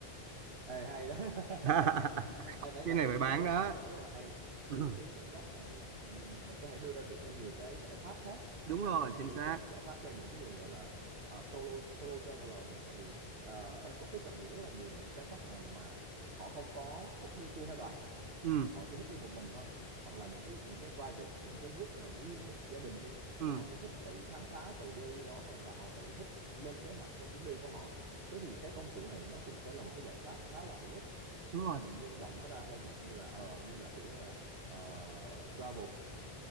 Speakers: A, on the right; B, on the right.
A: Ê, hay đó. <laughs>
B: <laughs>
A: Em thấy
B: cái
A: là
B: này
A: cái
B: phải
A: ý
B: bán
A: tưởng gốc
B: đó
A: này con rất là
B: <clears throat>
A: hay.
B: Ừ,
A: Từ cái ý tưởng gốc này mình mình mình có thể đưa ra được thêm nhiều cái giải pháp khác.
B: đúng
A: Chẳng hạn
B: rồi
A: như là mình
B: chính
A: đưa
B: xác
A: cho giải pháp cho những người gọi là ờ, solo solo traveler này. Tại vì ờ, em có tiếp cận được rất là nhiều những cái khách hàng mà họ không có thích đi tour theo đoàn
B: ừ
A: họ chỉ thích đi một mình thôi hoặc là những cái những cái private những cái group mà riêng đi gia đình đi
B: ừ
A: là họ chỉ thích tự khám phá tự đi đó thôi và họ tự thích lên kế hoạch cho chuyến đi của họ thế thì cái công cụ này nó cũng sẽ là một cái giải pháp khá là hữu ích
B: đúng
A: nếu
B: rồi
A: mà mình nhân rộng nó ra theo dạng như là ờ như là kiểu như là, ờ, travel